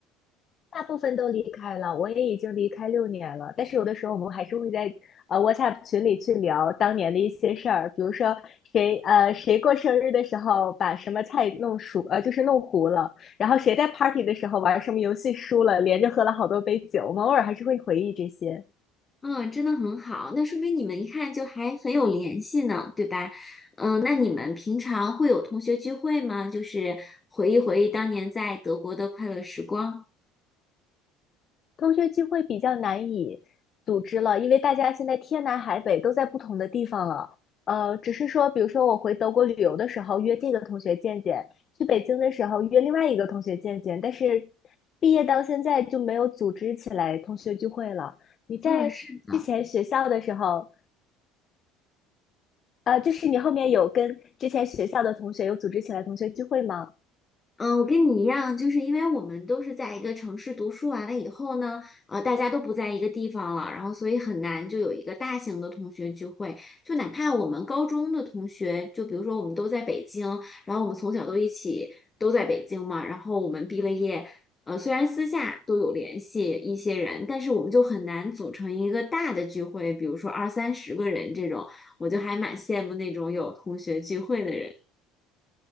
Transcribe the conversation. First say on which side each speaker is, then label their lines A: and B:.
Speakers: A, on the left; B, on the left.
A: 大部分都离开了，我也已经离开六年了。但是有的时候我们还是会在呃 WhatsApp 群里去聊当年的一些事儿，比如说谁呃谁过生日的时候把什么菜弄熟呃就是弄糊了，然后谁在 party 的时候玩什么游戏输了，连着喝了好多杯酒。我们偶尔还是会回忆这些。
B: 嗯，真的很好，那说明你们一看就还很有联系呢，对吧？嗯，那你们平常会有同学聚会吗？就是回忆回忆当年在德国的快乐时光。
A: 同学聚会比较难以组织了，因为大家现在天南海北都在不同的地方了。呃，只是说，比如说我回德国旅游的时候约这个同学见见，去北京的时候约另外一个同学见见，但是毕业到现在就没有组织起来同学聚会了。你在之前学校的时候，
B: 嗯，是的。
A: 呃，就是你后面有跟之前学校的同学有组织起来同学聚会吗？
B: 嗯，我跟你一样，就是因为我们都是在一个城市读书完了以后呢，呃，大家都不在一个地方了，然后所以很难就有一个大型的同学聚会。就哪怕我们高中的同学，就比如说我们都在北京，然后我们从小都一起都在北京嘛，然后我们毕了业，呃，虽然私下都有联系一些人，但是我们就很难组成一个大的聚会，比如说二三十个人这种，我就还蛮羡慕那种有同学聚会的人。